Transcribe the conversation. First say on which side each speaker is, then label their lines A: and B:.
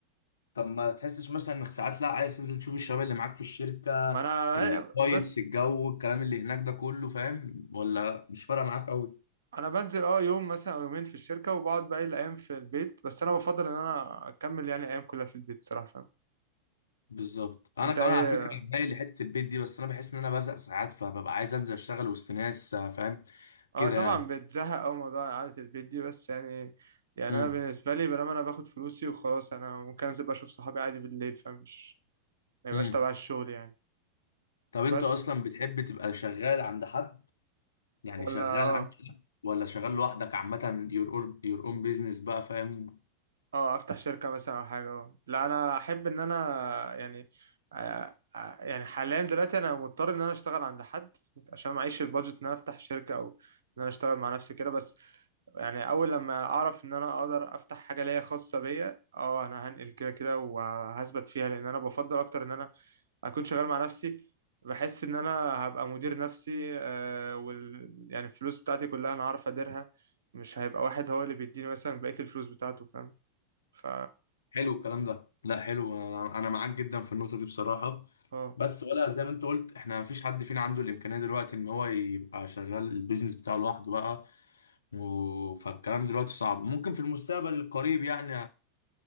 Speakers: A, on the left; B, on the right.
A: طب ما تحسش مثلا انك ساعات لا عايز تنزل تشوف الشباب اللي معاك في الشركة
B: ما انا
A: الفايبس
B: بس
A: الجو الكلام اللي هناك ده كله فاهم ولا مش فارقة معاك قوي
B: انا بنزل اه يوم مثلا او يومين في الشركه وبقعد باقي الايام في البيت بس انا بفضل ان انا اكمل يعني الايام كلها في البيت صراحه فاهم
A: بالظبط انا
B: انت
A: كمان
B: ايه
A: على فكره مايل لحته البيت دي بس انا بحس ان انا بزهق ساعات فببقى عايز انزل اشتغل وسط ناس آه، فاهم
B: اه
A: كده
B: طبعا
A: يعني
B: بتزهق أوي موضوع إعادة البيت دي بس يعني يعني
A: امم
B: أنا بالنسبة لي بلما أنا باخد فلوسي وخلاص أنا ممكن أنزل بقى أشوف صحابي عادي بالليل فمش ما يبقاش
A: امم.
B: تبع الشغل يعني
A: طب انت
B: بس
A: اصلا بتحب تبقى شغال عند حد يعني
B: ولا
A: شغال
B: اه
A: عند حد ولا شغال لوحدك عامة your own, your own business بقى فاهم
B: اه أفتح شركة مثلا أو حاجة اه لا أنا أحب إن أنا يعني آه آه، يعني حاليا دلوقتي أنا مضطر إن أنا أشتغل عند حد عشان معيش البادجت إن أنا أفتح شركة أو إن أنا أشتغل مع نفسي كده بس يعني اول لما اعرف ان انا اقدر افتح حاجه ليا خاصه بيا اه انا هنقل كده كده وهثبت فيها لان انا بفضل اكتر ان انا اكون شغال مع نفسي بحس ان انا هبقى مدير نفسي آه وال يعني الفلوس بتاعتي كلها انا هعرف اديرها مش هيبقى واحد هو اللي بيديني مثلا بقيه الفلوس بتاعته فاهم ف
A: حلو الكلام ده لا حلو انا أنا معاك جدا في النقطة دي بصراحة
B: اه
A: بس ولا زي ما انت قلت احنا مفيش حد فينا عنده الامكانية دلوقتي ان هو يبقى شغال البيزنس بتاعه لوحده بقى و... فالكلام دلوقتي صعب ممكن في المستقبل القريب يعني